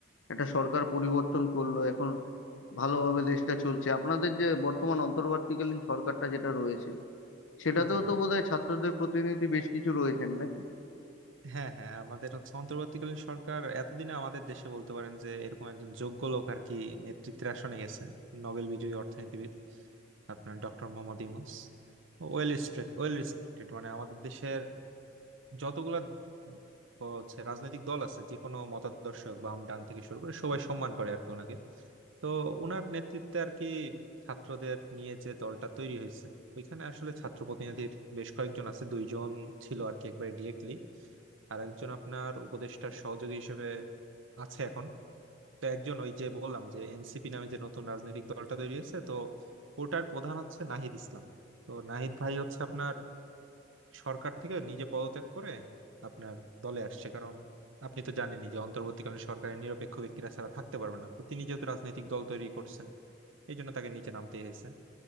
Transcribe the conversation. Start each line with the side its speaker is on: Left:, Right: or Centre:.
Left: একটা সরকার পরিবর্তন করলো এখন ভালোভাবে দেশটা চলছে আপনাদের যে বর্তমান অন্তর্বর্তীকালীন সরকারটা যেটা রয়েছে সেটাতেও
Right: জি জি
Left: তো বোধহয় ছাত্রদের প্রতিনিধি বেশ কিছু রয়েছেন নাকি
Right: হ্যাঁ হ্যাঁ আমাদের হচ্ছে অন্তর্বর্তীকালীন সরকার এতদিনে আমাদের দেশে বলতে পারেন যে এরকম একজন যোগ্য লোক আর কি নেতৃত্বের আসনে গেছে নোবেল বিজয়ী অর্থনীতিবিদ আপনার doctor Mohammad Yunus ওয়েল রেসপেক্ট Well respected মানে আমাদের দেশের যতগুলা হচ্ছে রাজনৈতিক দল আছে যে কোনো মতাদর্শ বাম ডান থেকে শুরু করে সবাই সম্মান করে আর কি ওনাকে তো ওনার নেতৃত্বে আর কি ছাত্রদের নিয়ে যে দলটা তৈরি হয়েছে ওইখানে আসলে ছাত্র প্রতিনিধির বেশ কয়েকজন আছে দুইজন ছিল আর কি একবার ডিরেক্টলি আর একজন আপনার উপদেষ্টার সহযোগী হিসেবে আছে এখন তো একজন ওই যে বললাম যে এনসিপি নামে যে নতুন রাজনৈতিক দলটা তৈরি হয়েছে তো ওটার প্রধান হচ্ছে নাহিদ ইসলাম তো নাহিদ ভাই হচ্ছে আপনার সরকার থেকে নিজে পদত্যাগ করে আপনার দলে আসছে কারণ আপনি তো জানেনই যে অন্তর্বর্তীকালীন সরকারের নিরপেক্ষ ব্যক্তিরা ছাড়া থাকতে পারবে না তো তিনি যেহেতু রাজনৈতিক দল তৈরি করছেন এই জন্য তাকে নিচে নামতেই হয়েছে